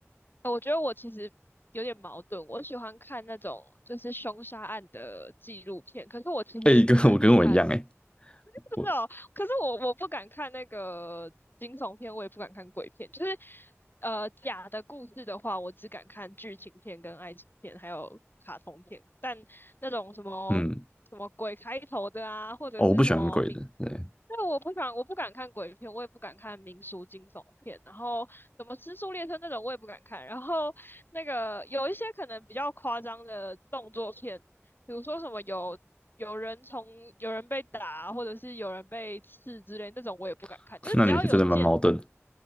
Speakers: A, on the left (about 45°); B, on the left (about 20°).
A: 呃我觉得我其实有点矛盾，我喜欢看那种就是凶杀案的纪录片，可是我其实不敢看。
B: 哎、跟我跟我一样哎、
A: 真的哦，
B: 我
A: 可是我我不敢看那个惊悚片，我也不敢看鬼片，就是呃假的故事的话，我只敢看剧情片、跟爱情片，还有卡通片。但那种什么什么鬼开头的啊，
B: 嗯。
A: 或者是什么民，
B: 哦，我不喜欢鬼的，对，
A: 那我不敢，我不敢看鬼片，我也不敢看民俗惊悚片，然后什么《失速列车》那种我也不敢看，然后那个有一些可能比较夸张的动作片，比如说什么有有人从有人被打，或者是有人被刺之类那种，我也不敢看。
B: <laughs>
A: 就是只要有见，
B: 那你是真的蛮矛盾的，